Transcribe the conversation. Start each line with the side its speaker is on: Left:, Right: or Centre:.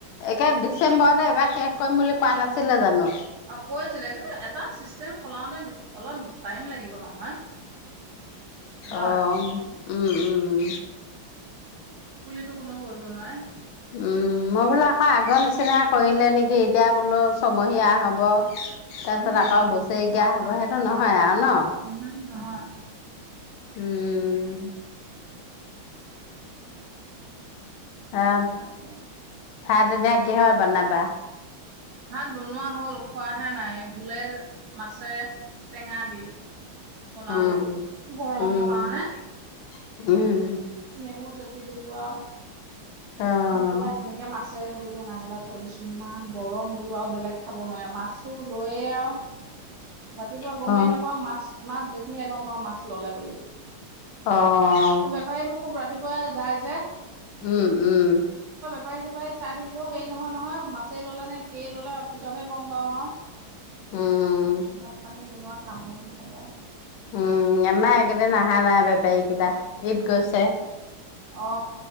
Left: একে ডিচেম্বৰতে এবাৰ শেষ। কম বুলি কোৱা নাছিলে জানো?
Right: অ কৈ আছিলে কিন্তু এটা চিষ্টেম সলাওঁতে অলপ টাইম লাগিব নহয় হয়
Left: অ উম উম
Right: টো কোনো কৰিব নোৱাৰে
Left: উম মই বোলো আকৌ আগৰ নিচিনা কৰিলে নেকি এতিয়া বোলো ছমহীয়া হব তাৰপিছত
Right: উহু
Left: আকৌ
Right: উহু
Left: বছৰকীয়া
Right: নহয়
Left: হ'ব সেইটো নহয় আৰু ন
Right: উহু নহয়
Left: উম, অ
Right: তাকে
Left: ভাত এতিয়া কিহৱে বনাবা
Right: ভাত বনোৱা হ'ল খোৱাহে নাই ভোলে মাছে টেঙা দি বনালো
Left: উম
Right: গৰমৰ
Left: উম
Right: কাৰণে
Left: উম
Right: নেমু চেপি দিলো আও
Left: অ'।
Right: দি পেলাই তেনেকে মাছ মাছে সৈতে বনাই পেলাই থৈ দিছো ইমান গৰম বোলো আৰু বেলেগ খাব নোৱাৰে মাছো ৰয়ে আৰু ৰাতিপুৱা
Left: অ',
Right: গমেই নাপাওঁ মাছ মাছ দেখি সহে গম পাওঁ মাছ ললে বুলি।
Left: অ',
Right: বেপাৰীবোৰ খুব ৰাতি ক যায় যে
Left: উম উম
Right: চপাৰি চপাৰি চাই থাকিব হেৰি নহয় নহয় মাছেই ললে নে কিয়ে ললে পিছতহে গম পাওঁ আৰু।
Left: উম,
Right: ভাত পানী বনোৱাত কাম বনো থাকে
Left: উম আমা এইকেইদিন অহা নাই বেপাৰীকেইটা ঈদ গৈছে
Right: অ